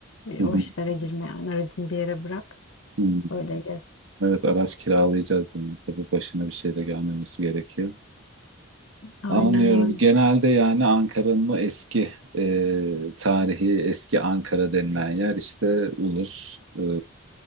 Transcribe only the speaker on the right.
Hı hı.
Hmm.
Evet araç kiralayacağız yani. Tabii başına bir şey de gelmemesi gerekiyor.
Anlıyorum.
Genelde yani Ankara'nın o eski e, tarihi, eski Ankara denilen yer işte Ulus, e,